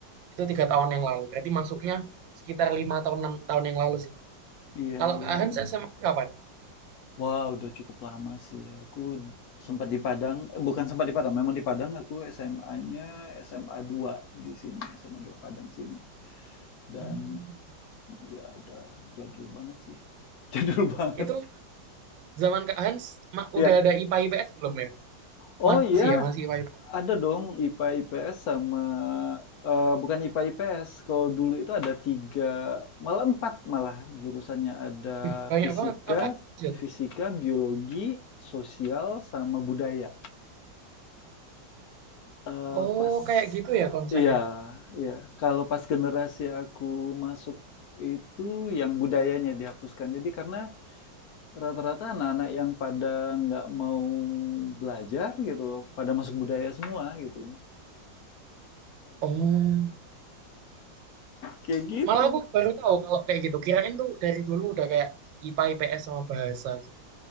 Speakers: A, on the right (about 85°); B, on the left (about 65°).
A: itu tiga tahun yang lalu berarti masuknya sekitar lima tahun enam tahun yang lalu sih
B: Iya,
A: kalau
B: iya.
A: Kak
B: iya.
A: Hans SMA kapan
B: Wah, udah cukup lama sih. Aku sempat di Padang, eh, bukan sempat di Padang, memang di Padang aku SMA-nya SMA 2 di sini, SMA 2 Padang sini. Dan
A: Hmm.
B: ya udah jadul banget sih. <laughs> Jadul banget.
A: itu zaman Kak Hans ma-
B: Ya.
A: udah ada IPA IPS belum ya
B: Oh
A: masih
B: iya,
A: ya masih IPA IPS
B: Ada dong IPA IPS sama eee, bukan IPA IPS. Kalau dulu itu ada 3 malah 4 malah jurusannya. Ada
A: Wih, banyak
B: fisika,
A: banget apa aja
B: fisika,
A: tuh
B: biologi, sosial, sama budaya. Eee,
A: oh
B: pas
A: kayak gitu ya konsepnya
B: iya, iya. Kalau pas generasi aku masuk itu yang budayanya dihapuskan. Jadi karena rata-rata anak-anak yang pada nggak mau belajar gitu, pada masuk budaya semua gitu.
A: oh
B: Kayak gitu.
A: malah aku baru tahu kalau kayak gitu kirain tuh dari dulu udah kayak IPA IPS sama bahasa gitu